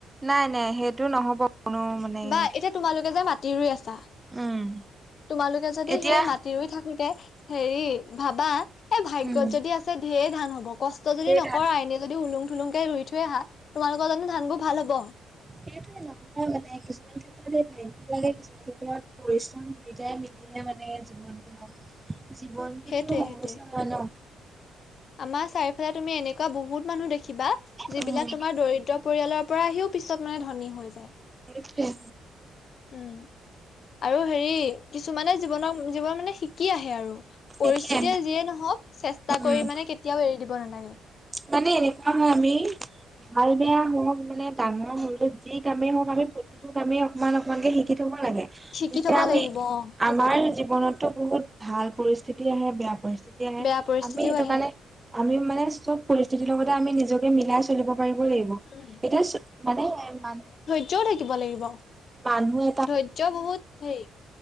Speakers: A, on the right; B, on the left.
A: নাই নাই সেইটো নহ'ব কোনো মানে
B: বা এতিয়া তোমালোকে যে মাটি ৰুই আছা
A: উম
B: তোমালোকে যদি
A: এতিয়া
B: সেই মাটি ৰুই থাকোতে হেৰি ভাবা এ ভাগ্যত
A: উম
B: যদি আছে ধেৰ ধান হব কষ্ট যদি
A: সেই
B: নকৰা
A: ধান
B: এইনে যদি উলুং থুলুংকে ৰুই থৈ আহা তোমালোকৰ জানো ধানবোৰ ভাল হব
A: সেইটোয়ে নহয় মানে কিছুমান ক্ষেত্ৰত এই ভাগ্য লাগে কিছুমান এতিয়া পৰিশ্ৰম দুয়োটাই মিলিহে মানে জীৱনটো আও জীৱনটোতো
B: সেইটোৱে সেইটোৱে
A: সহজ নহয় ন
B: আমাৰ চাৰিওফালে তুমি এনেকুৱা বহুত মানুহ দেখিবা যিবিলাক
A: উম
B: তোমাৰ দৰিদ্ৰ পৰিয়ালৰ পৰা আহিও পিছত মানে ধনী হৈ যায়।
A: সেইটোৱে
B: উম আৰু হেৰি কিছুমানে জীৱনৰ জীৱন মানে শিকি আহে আৰু পৰিস্থিতিয়ে
A: একে
B: যিয়ে নহওঁক চেষ্টা
A: উম
B: কৰি মানে কেতিয়াও এৰি দিব নালাগে
A: মানে এনেকুৱা হয় আমি ভাল বেয়া হওঁক মানে ডাঙৰ সৰু যি কামেই হওঁক, আমি প্ৰতিটো কামেই অকমান অকমানকে শিকি শিকি থ'ব লাগে
B: শিকি
A: তেতিয়া
B: থব
A: আমি
B: লাগিব অ সেইটোৱে
A: আমাৰ জীৱনত জীৱনটো বহুত ভাল পৰিস্থিতি আহে, বেয়া পৰিস্থিতি আহে,
B: বেয়া পৰিস্থিতিও
A: আমি সেইটো
B: আহে
A: কাৰণে আমি মানে চ'ব পৰিস্থিতিৰ লগতে আমি নিজকে মিলাই চলিব পাৰিব লাগিব।
B: উম
A: এতিয়া চো মানে
B: কিয় থাকিব লাগিব।
A: মানুহে
B: ধৈৰ্য্য বহুত হেৰি